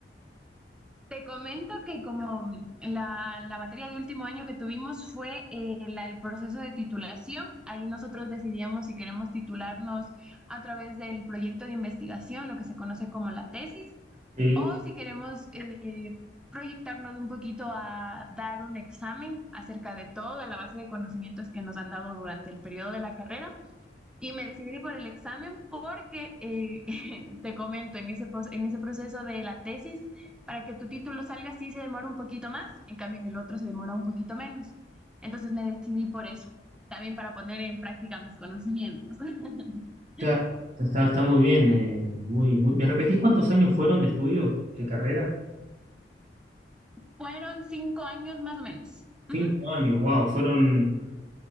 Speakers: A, in the centre; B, on the right.
A: Te comento que como la, la materia de último año que tuvimos fue eh, la- el proceso de titulación, ahí nosotros decidíamos si queremos titularnos a través del proyecto de investigación, lo que se conoce como la tesis,
B: Sí.
A: o si queremos eh, proyectarnos un poquito a dar un examen acerca de toda la base de conocimientos que nos han dado durante el periodo de la carrera. Y me decidí por el examen porque, eh, <laughs> te comento, en ese, pos- en ese proceso de la tesis, para que tu título salga sí se demora un poquito más, en cambio en el otro se demora un poquito menos. Entonces me decidí por eso, también para poner en práctica mis conocimientos. <laughs>
B: Está, está, está muy bien. eh, muy, muy- ¿Me repetís cuántos años fueron de estudio, de carrera?
A: Fueron cinco años más o menos.
B: Cinco
A: Ujú.
B: años, wow, fueron,